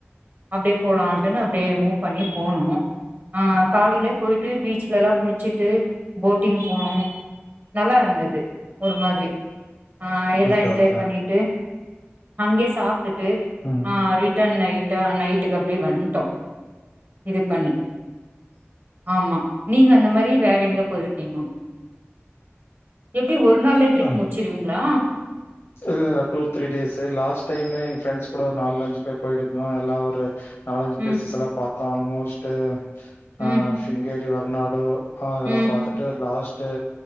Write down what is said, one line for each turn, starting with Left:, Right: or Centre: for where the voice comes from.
Right: அப்படியே போலான்ட்டுன்னு அப்படியே மூவ் பண்ணி போனோ ஆ காலைலயே போயிட்டு பீச்ல எல்லா குளிச்சிட்டு போட்டிங் போனோ நல்லா இருந்தது ஒரு மாதிரி ஆ எல்லா
Left: ஓகே,
Right: என்ஜாய்
Left: ஓகே.
Right: பண்ணிட்டு அங்கே சாப் ட்டு
Left: ம்,
Right: ஆ ரிட்டன் நைட் நைட்டுக்கு அப்படியே வந்துட்டோ இது பண் ஆமா நீங்க அந்த மாதிரி வேற எங்க போயிருக்கீங்க எப்படி ஒரு நாள்லய டிருப்
Left: ம்.
Right: முடிச்சிருவீங்களா
Left: இல்ல two three days last time எங்க ஃப்ரெண்ட்ஸ் கூட ஒரு நாலு ஞ்சு பேர் போயிட்டு இருந்தோ எல்லா ஒரு நாலஞ்சு
Right: ம்
Left: பிஸ்ல்லா பாத் ஆல்மோஸ்ட்டு
Right: ம்
Left: ஆ பிங்கர் வர்நாடு ஆ அதெல்லா
Right: ம்
Left: பாத்துட்டு லாஸ்ட் ட்டு